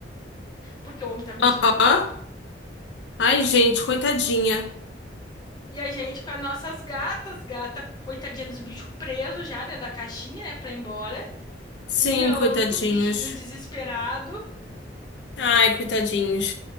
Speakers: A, on the left; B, on the left.
A: porque o homem tá me deixando
B: Ó,
A: louca.
B: ai, gente, coitadinha.
A: E a gente com as nossas gatas, gata, coitadinha dos bichos presos já dentro da caixinha, né, pra ir embora.
B: Sim,
A: miando,
B: coitadinhos.
A: os bichinhos desesperados.
B: Ai, coitadinhos.